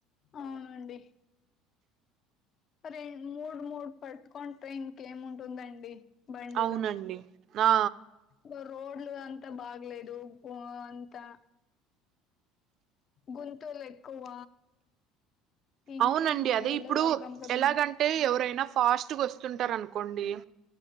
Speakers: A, on the left; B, on the right.
A: అవునండి. రెం మూడు మూడు పటుకొని ట్రైన్ కి ఏము ఉంటుందండి బండిలు
B: అవునండి ఆ
A: రో రోడ్లు అంత బాగలేదు ఓ అంతా గుంతలు ఎక్కువ ఇంకేం
B: అవునండి
A: చెయ్యాలో
B: అదే ఇప్పుడు
A: అర్ధం కదండి
B: ఎలాగంటే ఎవరైనా ఫాస్ట్గా వస్తుంటారు అను కొండి